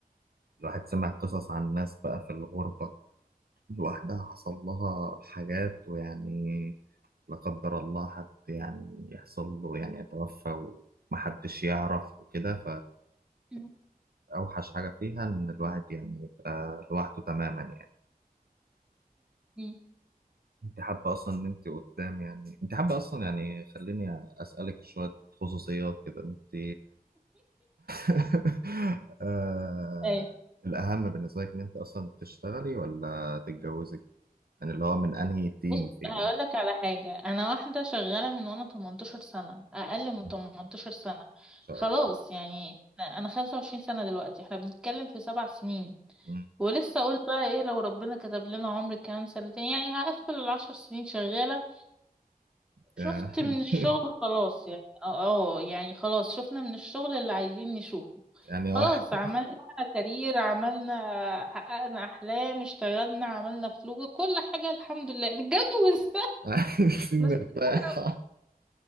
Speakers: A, on the right; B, in the centre.
A: الواحد سمع قصص عن ناس بقى في الغربة لوحدها حصل لها حاجات ويعني لا قدر الله حد يعني يحصل له يعني يتوفى ومحدش يعرف وكده
B: <laughs>
A: فأوحش حاجة فيها إن الواحد يعني يبقى لوحده تماما يعني
B: مم.
A: أنت حابة أصلا إن أنت قدام يعني أنت حابة أصلا يعني خليني أسألك شوية خصوصيات كده أنت <laughs> آه،
B: ايوه
A: الأهم بالنسبة لك إن أنت أصلا تشتغلي ولا تتجوزي؟ يعني اللي هو من أنهي تيم
B: بص
A: فيهم؟
B: هقول لك على حاجة أنا واحدة شغالة من وأنا 18 سنة أقل من
A: مم.
B: 18 سنة
A: ما شاء
B: خلاص
A: الله
B: يعني أنا 25 سنة دلوقتي احنا بنتكلم في سبع سنين
A: مم.
B: ولسه أقول بقى إيه لو ربنا كتب لنا عمر كمان سنتين يعني هقفل العشر سنين شغالة شفت
A: يعني
B: من الشغل
A: <laughs>
B: خلاص يعني اه آه، يعني خلاص شفنا من الشغل اللي عايزين نشوفه
A: يعني
B: خلاص
A: واحد
B: عملنا كارير عملنا حققنا أحلام اشتغلنا عملنا فلوس كل حاجة الحمد لله نتجوز
A: <laughs> عايزين
B: مستقر
A: نرتاح